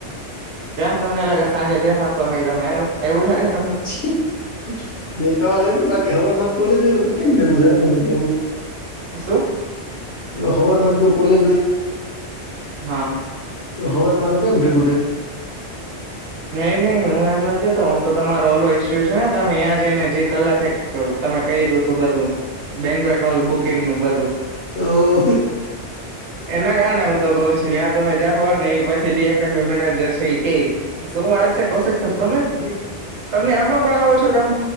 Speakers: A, on the right (about 75°); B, on the left (about 65°).
A: કેમ તમને લાગે સાંજે દેખાશો નહી તમે એવું લાગે તમને
B: છી દેખાવાને ને બાકી સવાર માં કોલેજ હોય તો કેમ ભેગું થાય મુદત હુ
A: શું
B: સવાર માં જોઉ કોલેજ હોય
A: હા
B: તો સવારમાં તો કેમ ભેગું થાય,
A: નહી નહી હું એમ નથી કેતો હું તો તમારો ઓલો ઈસ્યુ છે ને તમે ત્યાં જઈને જે કલાકે તમે કર્યું તું બધું બેંકવેટ હોલ બુકિંગ નું બધું
B: ઓ
A: એના કારણે હું તો કહુ છું ત્યાં તમે જાઓ ને એ પછી મેનેજર <inaudible> શું વાત છે કૌશિક તમે
B: હા
A: તમને આમાં પણ આવો છો કામ